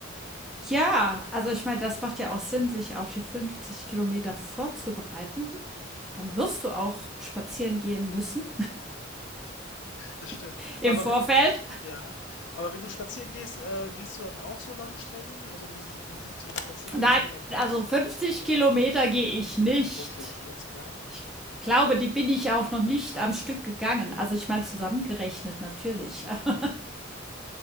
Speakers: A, in the centre; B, on the left (about 65°).
A: ja, also ich meine, das macht ja auch Sinn, sich auf die 50 Kilometer vorzubereiten. Dann wirst du auch spazieren gehen müssen
B: Das stimmt.
A: <laughs> im
B: Aber
A: Vorfeld.
B: we- ja, aber wenn du spazieren gehst, äh, gehst du dann auch so lange Strecken? Also wie, sie- wie sieht so ein Spaziergang
A: Nein,
B: bei dir dann
A: also
B: aus?
A: 50 Kilometer gehe ich nicht.
B: Okay, alles klar.
A: Ich glaube, die bin ich auch noch nicht am Stück gegangen. Also ich meine zusammengerechnet natürlich, <laughs> aber,